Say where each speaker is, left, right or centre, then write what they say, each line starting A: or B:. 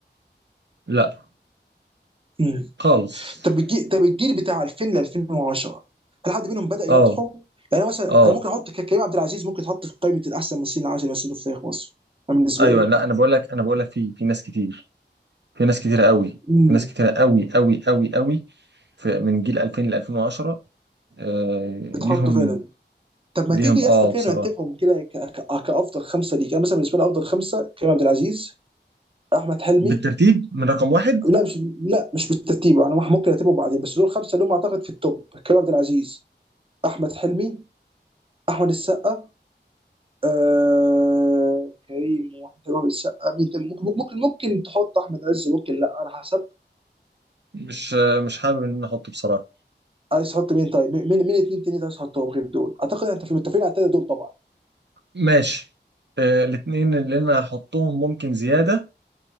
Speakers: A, on the right (about 70°); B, on the right (about 30°).
A: لا
B: مم.
A: خالص
B: طب الجيل طب الجيل بتاع 2000 ل 2010 هل حد منهم بدأ يناطحه؟
A: اه
B: يعني أنا مثلا
A: اه
B: انا ممكن احط ك- كريم عبد العزيز ممكن تحط في قائمه الاحسن ممثلين العشر اللي مثلوا في تاريخ مصر أنا بالنسبه
A: ايوه
B: لي
A: لا انا بقول لك انا بقول لك في في ناس كتير في ناس كتيرة قوي
B: امم
A: في ناس كتيرة قوي قوي قوي قوي في من جيل 2000 ل 2010 آه
B: بتحطه
A: ليهم
B: فعلا طب
A: ليهم
B: ما تيجي يا
A: اه
B: اسطى كده
A: بصراحة
B: نرتبهم كده ك- ك- كافضل خمسه ليك انا مثلا بالنسبه لي افضل خمسه كريم عبد العزيز احمد حلمي
A: بالترتيب من رقم واحد
B: لا مش لا مش بالترتيب انا ممكن ارتبهم بعدين بس دول خمسه اللي هم اعتقد في التوب كريم عبد العزيز احمد حلمي احمد السقا آه... كريم واحمد حلمي وأحمد السقا مين تاني؟ ممكن ممكن ممكن تحط احمد عز ممكن لا على حسب
A: مش آه مش حابب ان انا احطه بصراحة
B: عايز تحط مين طيب مين مين اتنين تاني عايز تحطهم غير دول اعتقد انت في متفقين على التلاته دول طبعا
A: ماشي آه الاتنين اللي انا هحطهم ممكن زيادة